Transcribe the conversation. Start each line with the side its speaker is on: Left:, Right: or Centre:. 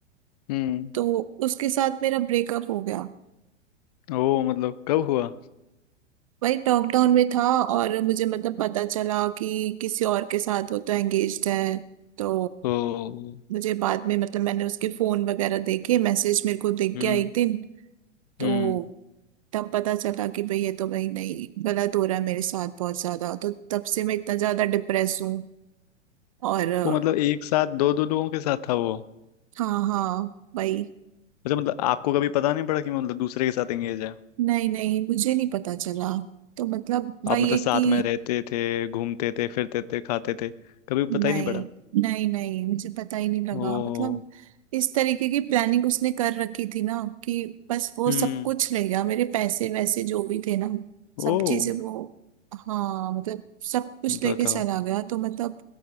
Left: हम्म
Right: तो उसके साथ मेरा ब्रेकअप हो गया
Left: ओ मतलब कब हुआ
Right: भाई लॉकडाउन में था और मुझे मतलब पता चला कि किसी और के साथ वो तो एंगेज्ड है तो
Left: ओ
Right: मुझे बाद में मतलब मैंने उसके फोन वगैरह देखे मैसेज मेरे को दिख
Left: हम्म
Right: गया एक दिन तो
Left: हम्म
Right: तब पता चला कि भाई ये तो भाई नहीं गलत हो रहा है मेरे साथ बहुत ज्यादा तो तब से मैं इतना ज्यादा डिप्रेस हूँ और अ,
Left: वो मतलब एक साथ दो दो लोगों के साथ था वो
Right: हाँ हाँ भाई
Left: अच्छा मतलब आपको कभी पता नहीं पड़ा कि मतलब दूसरे के साथ एंगेज है
Right: नहीं नहीं मुझे नहीं पता चला तो मतलब वही
Left: आप मतलब
Right: है
Left: साथ
Right: कि
Left: में रहते थे घूमते थे फिरते थे खाते थे कभी
Right: नहीं
Left: पता ही नहीं पड़ा
Right: नहीं नहीं मुझे पता ही नहीं लगा
Left: ओ
Right: मतलब इस तरीके की प्लानिंग उसने कर रखी थी ना कि बस वो
Left: हम्म
Right: सब कुछ ले गया मेरे पैसे वैसे जो भी थे ना
Left: ओ
Right: सब चीजें वो हाँ मतलब सब कुछ
Left: बताओ
Right: लेके चला गया तो मतलब